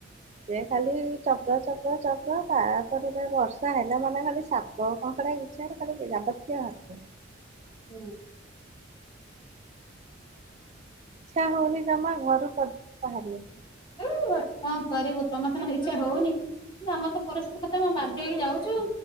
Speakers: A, on the right; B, on the left.
A: ସେ ଖାଲି ଚପ ଚପ ଚପ ତାପରେ କଣ ବର୍ଷା ହେଲା ମାନେ ଖାଲି ସାତ୍ କ କଙ୍କଡା ବିଚାର କଲି ଯାବତୀୟ ବାରୁଛ।
B: ହୁଁ।
A: ଇଚ୍ଛା ହଉନି ଜମା ଘରୁ ପଦାକୁ ବାହାରିଆକୁ।
B: ଉଁ କଣ କରିବୁ ତମର ସିନା ଇଚ୍ଛା ହଉନି କିନ୍ତୁ ଆମର ତ ପରିସ୍ଥିତି କଥା ଆମେ ବାଧ୍ୟ ହେଇକି ଯାଉଚୁ।